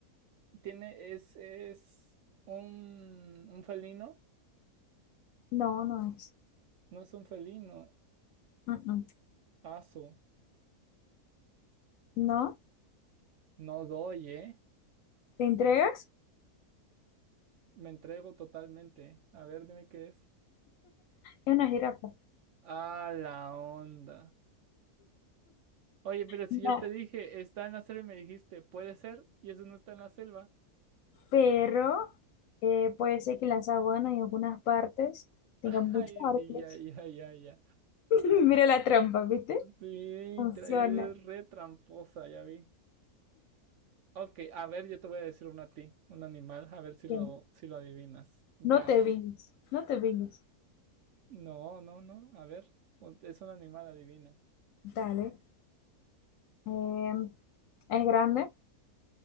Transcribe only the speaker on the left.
No, no es.
Mm, mm.
No.
¿Te entregas?
Es una jirafa.
No,
Pero eh, puede ser que la sabana en algunas partes tenga
muchos
árboles.
<laughs> Mira la trampa, ¿viste?
Funciona.
Bien.
No te viñes, no te viñes.
Dale. Eh, es grande,